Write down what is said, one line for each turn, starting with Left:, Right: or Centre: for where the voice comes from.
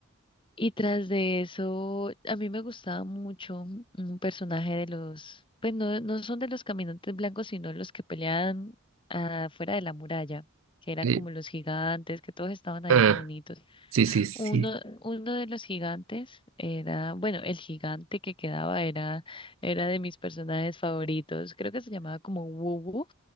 Left: y tras de eso, a mí me gustaba mucho un un personaje de los, pues no, no son de los caminantes blancos, sino los que peleaban afuera de la muralla, que eran
Right: Y-
Left: como los gigantes, que todos estaban ahí
Right: ah,
Left: reunidos.
Right: sí, sí, sí.
Left: Uno, uno de los gigantes era, bueno, el gigante que quedaba era, era de mis personajes favoritos, creo que se llamaba como Wubu